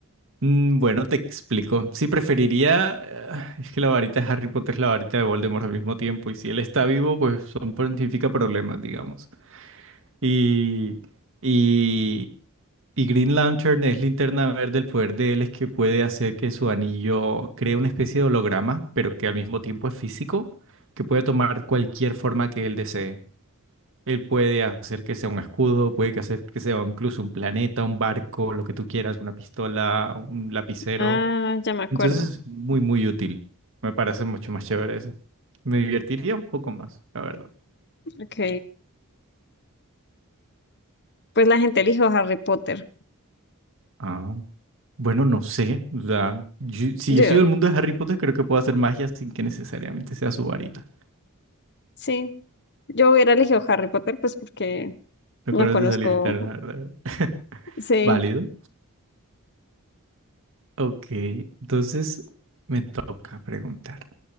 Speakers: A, on the right; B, on the left.
A: Mm, Bueno, te explico. Sí, preferiría... eh, Es que la varita de Harry Potter es la varita de Voldemort al mismo tiempo. Y si él está vivo, pues son pontifica problemas, digamos. Y, y, y Green Lantern es linterna verde. El poder de él es que puede hacer que su anillo cree una especie de holograma, pero que al mismo tiempo es físico, que puede tomar cualquier forma que él desee. Él puede hacer que sea un escudo, puede que hacer que sea incluso un planeta, un barco, lo que tú quieras, una pistola, un lapicero.
B: Ah, ya me acuerdo.
A: Entonces es muy, muy útil. Me parece mucho más chévere eso. Me divertiría un poco más, la verdad.
B: Ok, pues la gente eligió Harry Potter.
A: Ah, bueno, no sé. O sea, yo- si
B: Yo,
A: yo sigo el mundo de Harry Potter, creo que puedo hacer magia sin que necesariamente sea su varita.
B: sí, yo hubiera elegido Harry Potter, pues porque
A: No
B: no
A: conoces
B: conozco.
A: esa varita, la verdad. <laughs>
B: Sí,
A: Válido. Ok, entonces me toca preguntar,